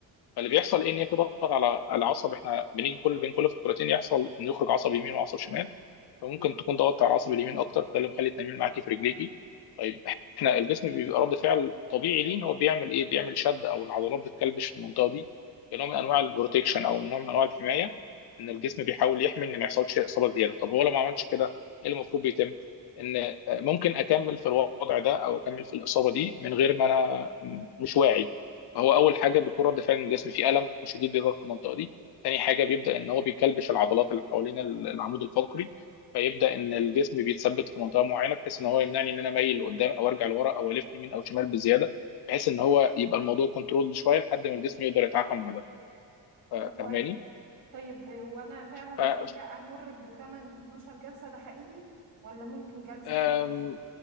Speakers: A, on the left; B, on the right.
A: فاللي بيحصل ايه ان هي بتضغط على على العصب احنا بنيجي كل بين كل فقرتين يحصل انه يخرج عصب يمين وعصب شمال فممكن تكون ضغطت على العصب اليمين اكتر فده اللي مخلي التمرين معاكي في رجليكي طيب احنا الجسم بيبقى رد فعل طبيعي ليه ان هو بيعمل ايه بيعمل شد او العضلات بتكلبش في المنطقه دي كنوع من انواع البروتكشن او نوع من انواع الحمايه ان الجسم بيحاول يحمي ان ما يحصلش اصابه زياده طب هو لو ما عملش كده ايه اللي المفروض بيتم ان آه، ممكن اكمل في الوضع ده او اكمل في الاصابه دي من غير ما انا م- مش واعي فهو اول حاجه بيكون رد فعل من الجسم في الم شديد بيظهر في المنطقه دي تاني حاجه بيبدا ان هو بيكلبش العضلات اللي حوالين العمود الفقري فيبدا ان الجسم بيتثبت في منطقه معينه بحيث ان هو يمنعني ان انا مايل لقدام او ارجع لورا او الف يمين او شمال بزياده بحيث ان هو يبقى الموضوع كنترولد شويه لحد ما الجسم يقدر يتعافى مع ده ف- فاهماني
B: طب و... طيب وانا فعلا محتاجة
A: ف-
B: امر بتمن ل 12 جلسة ده حقيقي ولا ممكن جلسة
A: أم،
B: وخلاص